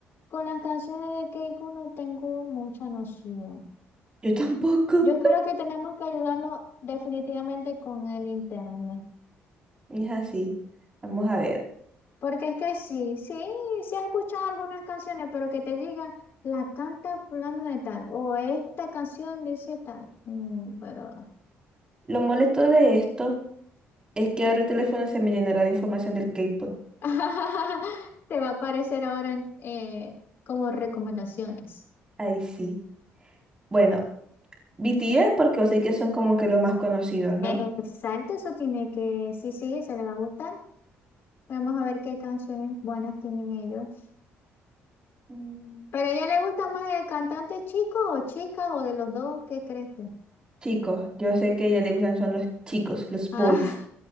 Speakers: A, on the left (about 55°); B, on the right (about 20°).
A: con las canciones de Keiko no tengo mucha noción.
B: <laughs> Yo tampoco.
A: Yo creo que tenemos que ayudarnos definitivamente con el internet.
B: Y Es así. Vamos a ver.
A: Porque es que sí, sí, sí he escuchado algunas canciones, pero que te digan, la canta fulano de tal, o esta canción dice tal, Mm, pero
B: Lo molesto de esto es que ahora el teléfono se me llenará de información del K-pop.
A: <laughs> te va a aparecer ahora eh, como recomendaciones.
B: Ahí sí. Bueno, BTS porque yo sé que son como que los más conocidos, ¿no?
A: Exacto, eso tiene que, sí, sí, se le va a gustar. Vamos a ver qué canciones buenas tienen ellos.
B: Mm.
A: ¿Pero a ella le gusta más el cantante chico o chica o de los dos? ¿Qué crees tú?
B: Chicos, yo sé que a ella le gustan son los chicos, los
A: Ah.
B: boys.